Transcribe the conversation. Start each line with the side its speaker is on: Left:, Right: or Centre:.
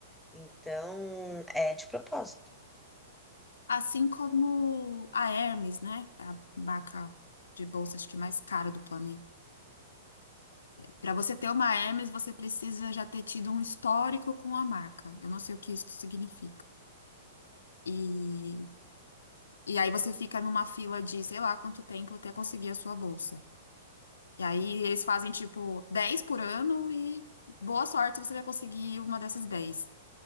Centre: Então, é de propósito
Left: Assim como a Hermes, né? É A marca de bolsa, acho que mais cara do planeta. Para você ter uma Hermes, você precisa já ter tido um histórico com a marca. Eu não sei o que isso significa. E, e aí você fica numa fila de sei lá quanto tempo até conseguir a sua bolsa. E aí eles fazem tipo 10 por ano e boa sorte você vai conseguir uma dessas dez